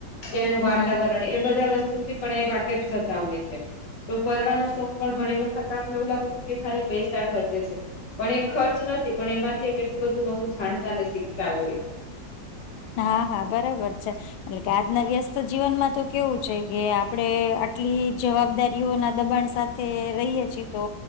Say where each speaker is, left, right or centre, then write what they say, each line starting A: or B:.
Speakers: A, on the left (about 65°); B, on the left (about 90°).
A: ત્યાંનું
B: હમ
A: વાતાવરણ એ બધા વસ્તુથી પણ એ વાકેફ થતા હોય છે. તો ફરવાનો શોખ પણ ઘણી વખત આપને એવું લાગતું કે ખાલી પૈસા ખર્ચે છે. પણ એ ખર્ચ નથી પણ એમાંથી કેટલું બધું નવું જાણતા ને શીખતા હોય છે.
B: હા હા બરાબર છે. એટલે કે આજના વ્યસ્ત જીવનમાં તો કેવું છે કે આપણે આટલી જવાબદારીઓ ના દબાણ સાથે રહીએ છીએ તો